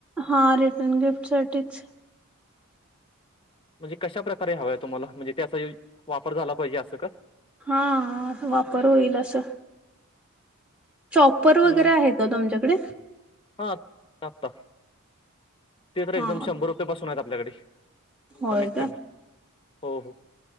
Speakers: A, in the centre; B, on the left (about 25°).
A: हा रिटर्न गिफ्टसाठीच --
B: म्हणजे कशा प्रकारे हवं आहे तुम्हाला म्हणजे त्याचा यो वापर झाला पाहिजे असं काय
A: हां, वापर होईल असं. चॉपर वगैरे
B: हम्
A: आहे का तुमच्याकडे?
B: हा आता ते तर एकदम
A: हां,
B: शंभर रुपये पासून आहेत आपल्याकडे
A: होय
B: कमीत
A: का?
B: कमी हो हो